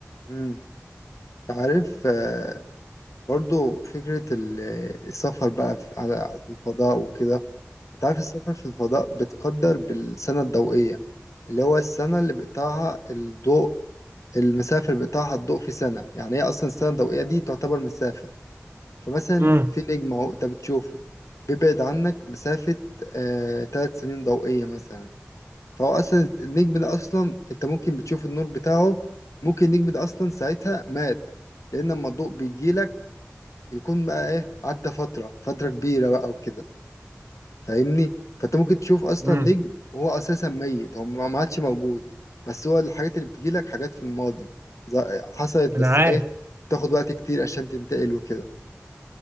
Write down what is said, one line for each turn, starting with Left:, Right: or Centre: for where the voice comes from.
Left: امم انت عارف آه، برضو فكرة ال- السفر بقى في على- في الفضاء وكده انت عارف السفر في الفضاء بتقدر بالسنة الضوئية اللي هو السنة اللي بيقطعها الضوء المسافة اللي بيقطعها الضوء في سنة يعني هي أصلا السنة الضوئية دي تعتبر مسافة فمثلا
Right: امم
Left: في نجم أهو أنت بتشوفه بيبعد عنك مسافة آه تلات سنين ضوئية مثلا فهو أصلا النجم ده أصلا أنت ممكن بتشوف النور بتاعه ممكن النجم ده أصلا ساعتها مات لأن لما الضوء بيجيلك يكون بقى ايه عدى فترة فترة كبيرة بقى وكده فاهمني فانت ممكن تشوف اصلا
Right: امم
Left: نجم هو اساسا ميت هو ما ما عادش موجود بس هو الحاجات اللي بتجيلك حاجات في الماضي ز- حصلت بس
Right: أنا عارف
Left: ايه تاخد وقت كتير عشان تنتقل وكده